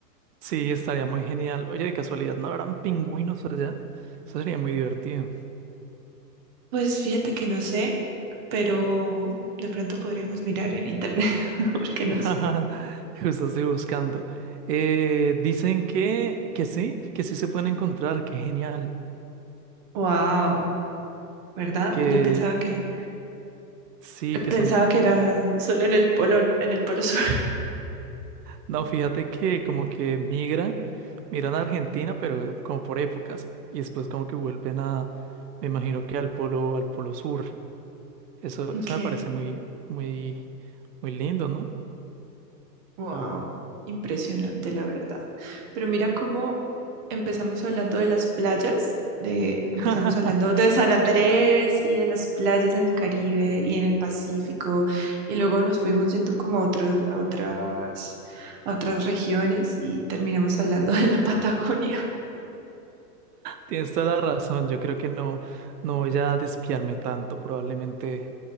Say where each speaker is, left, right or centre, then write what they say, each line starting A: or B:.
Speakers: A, on the right; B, on the right.
A: Sí, estaría muy genial. Oye, de casualidad, ¿no habrán pingüinos allá? Eso sería muy divertido.
B: Pues fíjate que no sé, pero de pronto podríamos mirar en internet, <laughs> porque no
A: <laughs>
B: sé.
A: Justo estoy buscando. Eh, dicen que, que sí, que sí se pueden encontrar, qué genial.
B: Wow, ¿verdad?
A: Que
B: Yo pensaba que
A: sí, que
B: pensaba
A: son...
B: que era solo en el polo, en el polo sur.
A: No, fíjate que como que migran, migran a Argentina, pero como por épocas, y después como que vuelven a, me imagino que al polo, al polo sur. Eso,
B: <laughs> Ok.
A: eso me parece muy, muy, muy lindo, ¿no?
B: Wow, impresionante la verdad. Pero mira cómo empezamos hablando de las playas, de empezamos
A: <laughs>
B: hablando de San Andrés y de las playas en el Caribe y en el Pacífico y luego nos fuimos yendo como a otros a otras a otras regiones y terminamos hablando de la <laughs> Patagonia.
A: Tienes toda la razón, yo creo que no, no voy a despiarme tanto, probablemente,